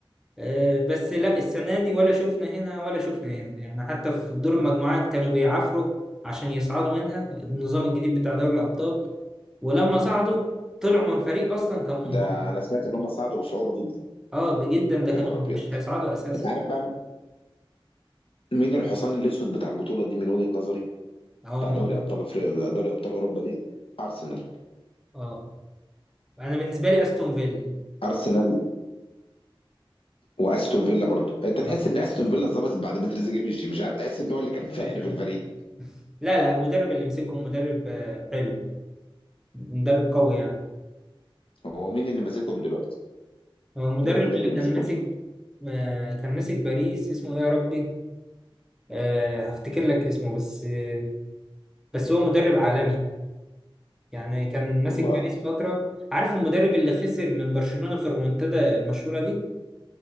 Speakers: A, in the centre; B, on the left.
A: آه، بس لا السنة دي ولا شفنا هنا ولا شفنا هنا يعني حتى في دور المجموعات كانوا بيعافروا عشان يصعدوا منها النظام الجديد بتاع دوري الأبطال ولما صعدوا طلعوا من فريق أصلا كان منهار
B: ده انا سمعت ان هم صعدوا بصعوبه جدا
A: اه بجدا ده كانوا
B: يا نهار ابيض
A: مش هيصعدوا أساسا
B: انت عارف بقى مين الحصان الاسود بتاع البطوله دي من وجهه نظري
A: اه
B: بتاع دوري
A: مين
B: ابطال افريقيا دوري ابطال اوروبا دي ارسنال
A: اه أنا بالنسبة لي أستون فيلا
B: ارسنال واستون فيلا برضو انت تحس
A: آه.
B: ان استون فيلا اتظبطت بعد ما تريزيجيه مشي مش عارف تحس ان هو اللي كان فاقر
A: مم.
B: في الفريق
A: لا لا المدرب اللي مسكه مدرب آه، حلو مدرب قوي يعني
B: هو مين اللي ماسكهم دلوقتي
A: هو المدرب
B: مين المدرب
A: اللي
B: اللي ماسكهم
A: كان ماسك
B: دلوقتي
A: آه، كان ماسك باريس اسمه ايه يا ربي آه، هفتكر لك اسمه بس آه، بس هو مدرب عالمي يعني كان ماسك
B: والله
A: باريس فترة عارف المدرب اللي خسر من برشلونة في الريمونتادا المشهورة دي